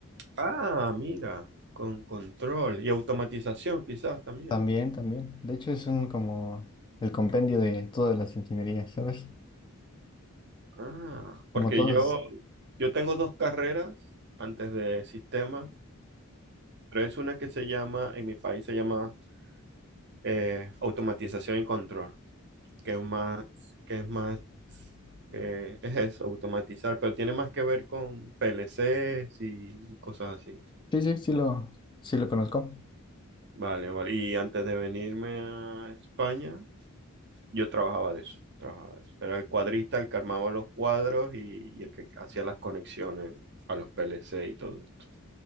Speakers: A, on the right (about 55°); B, on the left (about 20°).
A: Ah, mira, con control y automatización quizás también.
B: También, también. De hecho, es un como el compendio de todas las ingenierías, ¿sabes?
A: Ah, porque
B: Como todos.
A: yo, yo tengo dos carreras antes de sistemas, pero es una que se llama, en mi país se llama eh, automatización y control. que es más, que es más, eh, es eso, automatizar, pero tiene más que ver con PLCs y cosas así.
B: Sí, sí, sí lo, sí lo conozco.
A: Vale, vale. Y antes de venirme a España, yo trabajaba de eso, trabajaba de eso. Era el cuadrista el que armaba los cuadros y, y el que hacía las conexiones a los PLC y todo esto.